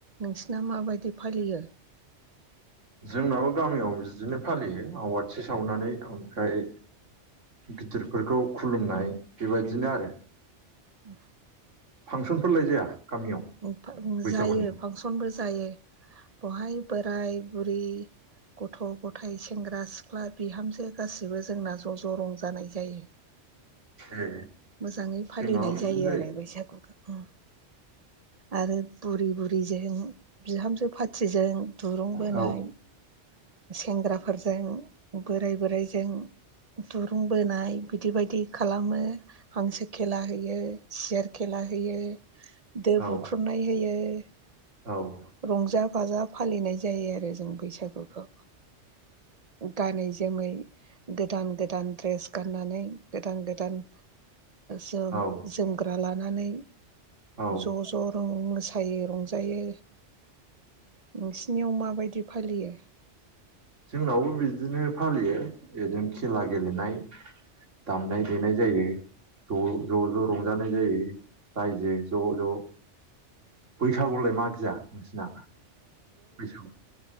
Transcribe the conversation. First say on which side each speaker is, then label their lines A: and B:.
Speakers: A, on the right (about 35°); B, on the right (about 85°).
A: नोंसिना माबायदि फालियो
B: जोंनाबो गामियाव बिदिनो फालियो सावनानै ओमफ्राय गिदिरफोरखौ खुलुमनाय बेबायदिनो आरो
A: उम
B: फांसनफोर लायजाया गामियाव
A: आरो
B: बैसागुनि
A: जायो फांसनबो जायो बेहाय बोराय बुरि गथ' गथायाइ सेंग्रा सिख्ला बिहामजो गासैबो जोंना ज' ज' रंजानाय जायो।
B: ए
A: मोजाङै फालिनाय
B: जोंनाबो बिदिनो
A: जायो आरो बैसागुखौ आरो फुरि ब बिहामजो सिजों दुरुं
B: औ
A: बोनाय
B: औ
A: सेंग्राफोरजों बोराय बोराइजों दुरुं बोनाय। बिदि बायदि खालामो हांसो खेला होयो सियार खेला होयो। दो
B: औ
A: बुख्रुबनाय होयो। <unintelligible>
B: औ
A: रंजा बाजा फालिनाय जायो आरो जों बैसागुखौ गानै जोमै गोदान गोदान ड्रेस गाननानै गोदान गोदान जोम
B: औ
A: जोमग्रा लानानै
B: औ
A: ज' ज' मोसायो रंजायो। नोंसिनियाव माबायदि फालियो
B: जोंनावबो बिदिनो फालियो ओरनो खेला गेलेनाय। दामनाय देनाय जायो। ज' ज' ज' रंजानाय जायो। रायजो ज' ज' बैसागुलाय मागिया नोंसिना बैसागु